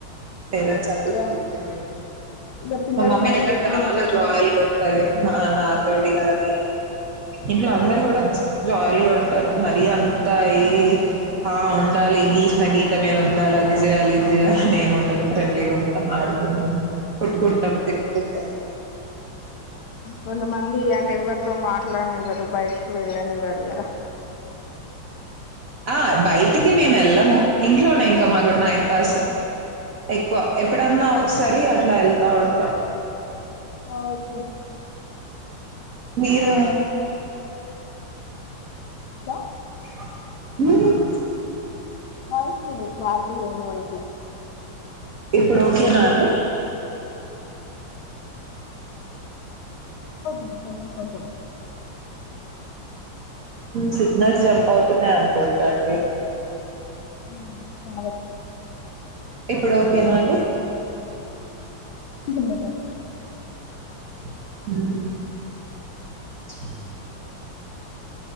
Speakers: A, on the right; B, on the left.
A: పేరెంట్స్ అందుకే
B: ఇగ
A: స్ట్రిక్ట్ గా ఉంటారు
B: ఇగ పిల్లల
A: మా మమ్మీ
B: మైండ్
A: అయితే
B: ఎట్లా
A: చాలా
B: ఉంటది
A: జాయిల్గా ఉంటది ఆ నాతోటి గాని ఇంట్లో అందరు గూడ జాయిల్గ ఉం మరి అంతా ఈ ఆ ఉండాలి గీసిన గీత మీద ఉండాలి అది జేయాలి ఇది జేయాలని ఏమిఉండదు ఫ్రెండ్లీగా ఉంటాం ఆడుకుంటాం కొట్టుకుంటాం తిట్టుకుంటాం
B: కొంతమంది అంటే ఎవ్వరితో మాట్లాడినివ్వరు బయటికి వెళ్ళనివ్వరు గదా
A: ఆ బయటికి మేము వెళ్ళము ఇంట్లోనే ఇంకా మాకు టైం పాస్ ఎక్కువ ఎప్పుడన్నా ఒకసారి అట్లా వెళ్తా ఉంటాం
B: ఆ ఒకే
A: మీరు
B: దా
A: <inaudible>
B: వాయిస్ నీది క్లారిటీగ వినపడట్లే
A: ఇప్పుడు ఒకేనా అండి
B: అ కొంచెం కొంచెం
A: సిగ్నల్స్ జంప్ అవుతున్నాయ అనుకుంటాండి
B: ఊ కావచ్చు
A: ఇప్పుడు ఒకేనాండి
B: బెటర్
A: <inaudible> <inaudible>